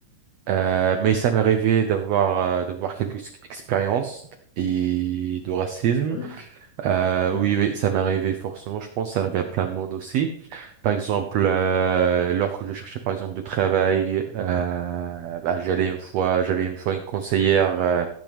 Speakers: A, on the right; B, on the left.
A: Euh, mais ça m'est arrivé d'avoir euh, d'avoir quelques ex- expériences et de racisme.
B: Ah oui,
A: Euh,
B: ouais.
A: oui, oui, ça m'est arrivé forcément. Je pense que ça arrive à plein de monde aussi. Par exemple, euh, lorsque je cherchais par exemple de travail, euh, bah, j'allais une fois, j'avais une fois une conseillère euh,